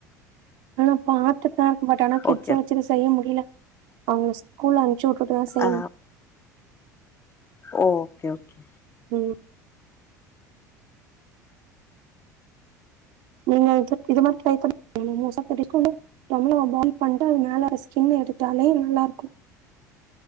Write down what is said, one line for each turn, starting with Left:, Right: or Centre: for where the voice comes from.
Right: ஆனா பாத்துப்பேன் பட் ஆனா கிட்ஸ
Left: ஓகே
Right: வச்சுன்னு செய்ய முடியல அவங்க ஸ்கூல அனுப்ச்சுட்டுட்டுதா செய்யணும்
Left: ஆ ஓகே ஓகே
Right: ம் நீங்க இ இது மாரி ட்ரை பண் <inaudible> <unintelligible> பாயில் பண்ட்டு அது மேல ஸ்கின் எடுத்தாலே நல்லாருக்கு